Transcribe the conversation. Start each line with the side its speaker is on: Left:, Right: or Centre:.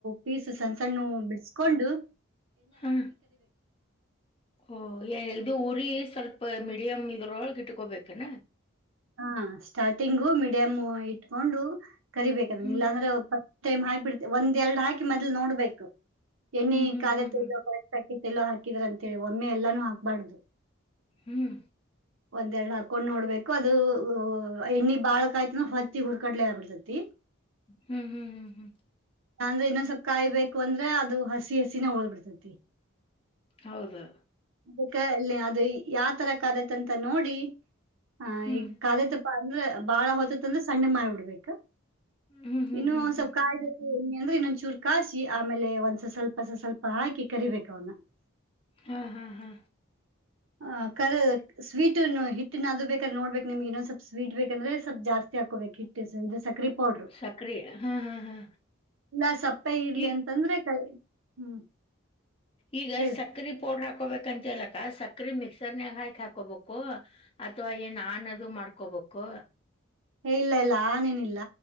Right: ಪೀಸು ಸಣ್ಣ ಸಣ್ಣು ಬಿಡಿಸಕೊಂಡು.
Left: ಹಾ ಓ ಇದು ಉರಿ. ಸ್ವಲ್ಪ ಮೀಡಿಯಂ್ ಇದ್ರೊಳಗೆ ಇಟ್ಕೋಬೇಕನೆ.
Right: ಹಾ ಸ್ಟಾರ್ಟಿಂಗು ಮಿಡಿಯಮ್ ಇಟ್ಕೊಂಡು. ಕರಿಬೇಕದ
Left: ಹ್ಮ್
Right: ಇಲ್ಲಾಂದ್ರೆ. ಟೈಮ್ ಹಾಕ್ಿಬಿಡ್ತೆೆಂದ ಎರಡ್ ಹಾಕಿ ಮೊ್ಲು ನೋಡ್ಬೇಕು. ಎಣ್ಣೆ
Left: ಹ್ಮ್ ಹ್ಮ್
Right: ಕಾದ
Left: ಹ್ಮ್
Right: ತ
Left: ಹ್ಮ್
Right: ಎಲ್ಲೋ ಕರೆಕ್ಟ್ಾಕಿ. ಎಲ್ಲೋ ಹಾಕಿದ್ರ ಅಂತೇಳಿ ಒಮ್ಮೆ ಎಲ್ಲಾನು ಹಾಕ್ಬಾರ್ದು.
Left: ಹ್ಮ್.
Right: ಒಂದ್ ಎರಡ್ ಹಾಕೊಂಡ್ ನೋಡ್ಬೇಕು. ಅದು್ ಎಣ್ಣಿ ಬಾಳಕಾಯ್ತನ ಹೊತ್ತಿ ಹುರ್ಕಡ್ಲೆ ಆಬಡ್ತತಿ.
Left: ಹ್ಮ್ ಹ್ಮ್ ಹ್ಮ್ ಹ್ಮ್.
Right: ಅಂದ್ರೆ ಇನ್ನೊಂದ್ ಸ್ವಪ್ ಕಾಯಿ ಬೇಕು ಅಂದ್ರೆ ಅದು ಹಸಿ ಹಸಿನ ಓದಬಿಡ್ತತಿ.
Left: ಹೌದು.
Right: ಅದಕ್ಕೆ ಇಲ್ಲಿ ಅದು ಯಾವ ತರಕ್ಾದತ್ ಅಂತ ನೋಡಿ. ಹ
Left: ಹ್ಮ್
Right: ಈಗ ಕಾದೆ ತುಪ್ಪ ಅಂದ್ರ ಬಾಳ ಹೊತತ್ ಅಂದ್ರೆ ಸಣ್ಣ ಮ ಬಿಡ್ಬೇಕು
Left: ಹ್ಮ್ ಹ್ಮ್
Right: ಇನ್ನು
Left: ಹ್ಮ್
Right: ಒಂದ್
Left: ಹ್ಮ್
Right: ಸ್ವಲ್ಪ ಕಾಯ್ದ. ಅಂದ್ರೆ ಇನ್ನೊಂದ್ಚೂರ್ ಕಾಯಾಸಿ ಆಮೇಲೆ ಒಂದ್ಸ ಸ್ವಲ್ಪಸ ಸ್ವಲ್ಪ ಹಾಕಿ ಕರಿಬೇಕ ಅವನ್ನ.
Left: ಹಾ ಹಾ ಹಾ
Right: ಹ ಕರೆ. ಸ್ವೀಟ ಹಿಟ್ಟಿನ ಅದು ಬೇಕು. ನೋಡ್ಬೇಕಮ್ಗೆನ್ನೊ ಸ್ವಲ್ ಸ್ವೀಟ್ ಬೇಕಂದ್ರೆ ಸ್ಲ್ಪ್ ಜಸ್ ಹಾಕಬೇಕಕ್ ಟ್. ಇದು ಸಕ್ರೆ ಪೌಡ್ರು
Left: ಸಕ್ರಿ ಹಾ ಹಾ ಹಾ
Right: ಇಲ್ಲ ಸಪ್ಪೆ ಇಡ್ಲಿ
Left: ಈಗ್
Right: ಅಂತಂದ್ರೆ ಕಾಯ. ಹ್ಮ್.
Left: ಈಗ
Right: ಹೇಳು
Left: ಸಕ್ಕ್ರೆ ಪೋರ್ ಹಾಕೋಬೇಕಂತಲ್ಲ. ಸಕ್ರಿ ಮಿಕ್ಸರ್ ನ್ಯಾಗ ಹಾಕೀ ಹಾಕೋಬೇಕು ಅಥವಾ ಏನ್ ಆನ ಅದು ಮಾಡ್ಕೋಬೇಕು.
Right: ಏ ಇಲ್ಲ ಇಲ್ಲ ಆನ್ ಏನ್ನಿಲ್ಲ.